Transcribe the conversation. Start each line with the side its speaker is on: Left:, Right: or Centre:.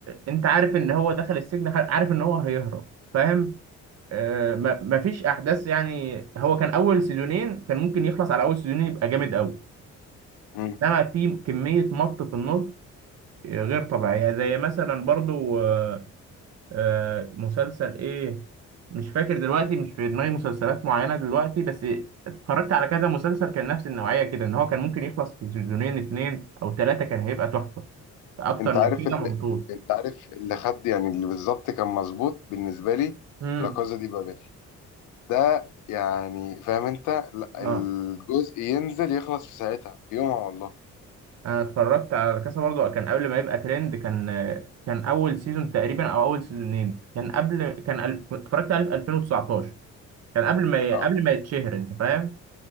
Right: انت عارف ان هو دخل السجن عارف ان هو هيهرب فاهم آه، ما مفيش احداث يعني هو كان اول سيزونين كان ممكن يخلص على اول سيزونين يبقى جامد قوي
Left: مم.
Right: انما في كميه مط في النص غير طبيعيه زي مثلا برضو آه، آه، مسلسل ايه مش فاكر دلوقتي مش في دماغي مسلسلات معينه دلوقتي بس اتفرجت على كذا مسلسل كان نفس النوعيه كده ان هو كان ممكن يخلص في سيزونين اتنين او تلاته كان هيبقى تحفه اكتر
Left: انت
Right: من
Left: عارف
Right: كده
Left: اللي
Right: ممطول
Left: انت عارف اللي خد يعني اللي بالظبط كان مظبوط بالنسبة لي
Right: امم
Left: لا كازا دي بابل ده يعني فاهم انت لا
Right: اه
Left: الجزء ينزل يخلص في ساعتها في يومها والله
Right: انا اتفرجت على كاسا برضو كان قبل ما يبقى ترند كان كان اول سيزون تقريبا او اول سيزونين كان قبل كان ال- اتفرجت عليه في 2019 كان قبل ما ي...
Left: اه
Right: قبل ما يتشهر انت فاهم